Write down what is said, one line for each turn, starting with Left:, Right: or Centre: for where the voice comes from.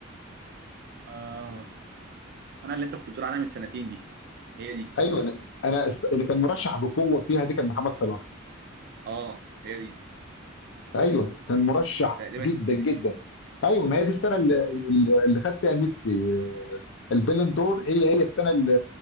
Right: آه السنة اللي أنت كنت بتقول عليها من سنتين دي هي دي
Left: ايوه انا أنا است- اللي كان مرشح بقوه فيها دي كان محمد صلاح
Right: آه هي دي
Left: ايوه كان مرشح
Right: تقريبا
Left: جدا
Right: كانت هي
Left: جدا
Right: دي
Left: ايوه ما هي دي السنه اللي, اللي اللي خد فيها ميسي آه، البالون دور هي هي السنه اللي